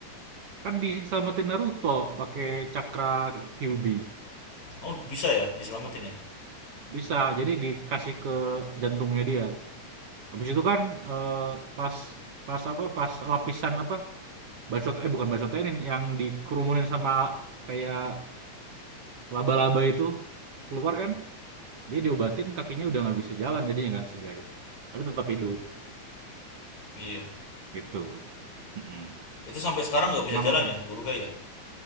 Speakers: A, on the right; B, on the left.
A: Kan diselamatin Naruto pakai cakra Kyuubi.
B: Oh, bisa ya diselamatin ya?
A: Bisa, jadi dikasih ke jantungnya dia. Habis itu kan, eee, pas pas apa, pas lapisan apa, bacot eh bukan bacotenin, yang dikerumunin sama kayak laba-laba itu keluar kan, dia diobatin kakinya udah nggak bisa jalan jadinya kan si guy, tapi tetap
B: Iya.
A: hidup,
B: Iya.
A: gitu. Mhm.
B: Itu sampai sekarang nggak
A: Emang
B: bisa jalan ya Guruge ya?